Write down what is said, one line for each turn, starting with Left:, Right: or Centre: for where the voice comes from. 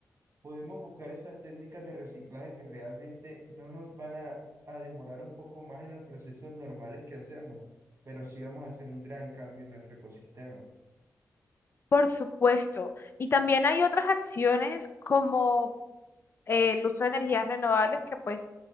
Right: podemos buscar estas técnicas de reciclaje que realmente no nos van a, a demorar un poco más en los procesos normales que hacemos, pero sí vamos a hacer un gran cambio en nuestro ecosistema.
Left: Por supuesto. Y también hay otras acciones como eh, el uso de energías renovables que pues